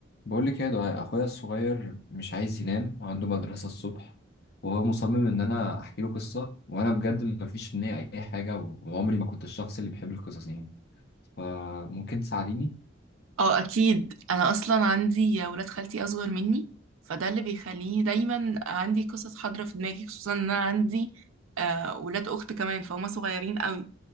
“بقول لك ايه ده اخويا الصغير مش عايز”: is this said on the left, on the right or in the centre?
Left